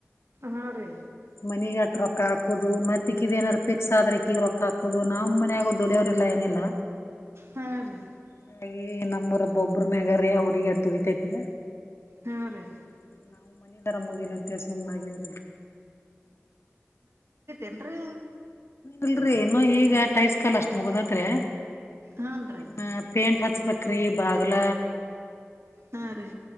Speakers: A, on the right; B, on the left.
A: ಹಾ ರೀ
B: ಮನೆ ಗೇ ರೊಕ್ಕ ಹಾಕುದು ಮತ್ತಕ್ಕಿದ ನಾರ ಪಿಕ್ಸ್ ಆದ್ರೆಕ್ಕಿಗ ರೊಕ್ಕ ಹಾಕ. ನಮ್ ಮನಗು ದುಡಿಯೋ್ರಲ್ಲಾ ಏನಿಲ್ಲ.
A: ಹಾ ರೀ
B: ಹ. ನಮ್ಮರ ಒಬ್ಬ ಒಬ್ಬ್ರ ಮ್ಯಗಾರ ಹುಡುಗರ್ ದುಡಿತೈತೆ.
A: ಹಾ ರೀ
B: ಹ್ಮ ನಾವು ಮನೆದರ ಮುಗಿಿಲ್ಲಂತ. ತ್ತ ಸುನ್ನಾಗ್ರ.
A: ಏನ್ ರೀ.
B: ಇಲ್ರರಿ ಇನ್ನು ಈಗ ಟೈಲ್ಸ್ ಕಲ್ ಅಷ್ಟ್ ಮುಗದತ್ರೆ ರೀ.
A: ಹೂನ್ ರೀ
B: ಇನ್ನ ಪೇಂಟ್ ಹಚ್ಬೇಕ್ರಿ ಬಾಗಲ.
A: ಹಾ ರೀ